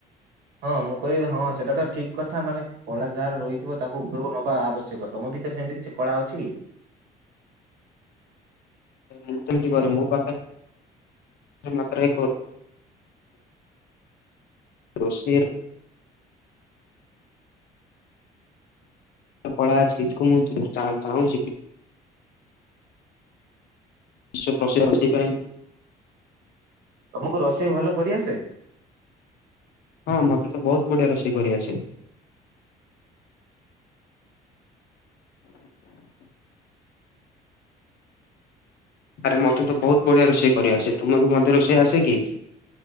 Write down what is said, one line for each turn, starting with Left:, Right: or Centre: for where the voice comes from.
Right: ହଁ, ମୁଁ କହି ହଁ, ସେଇଟା ତ ଠିକ୍ କଥା। ମାନେ କଳା ଯାହାର ରହିଥିବ, ତାକୁ ଉପରକୁ ନବା ଆବଶ୍ୟକ। ତମ ଭିତରେ ସେମିତି କିଛି କଳା ଅଛି।
Left: ମୁଁ ତ, ଇମିତି କରେ। ମୋ ପାଖେ, ମୁଁ ମାତ୍ରାରେ କହୁ ରୋଷେଇର କଳା ଅଛି, <inaudible> ଚାହୁଁଚିକି ସୁପ୍ରସିଦ୍ଧ ସେଥିପାଇଁ
Right: ତମକୁ ରୋଷେଇ ଭଲ କରିଆସେ?
Left: ହଁ ମତେ ତ ବହୁତ ବଢିଆ ରୋଷେଇ କରି ଆସେ। ଆରେ ମତେ ତ ବହୁତ ବଢିଆ ରୋଷେଇ କରିଆ ଆସେ ତୁମକୁ ମଧ୍ୟ ରୋଷେଇ ଆସେ କି?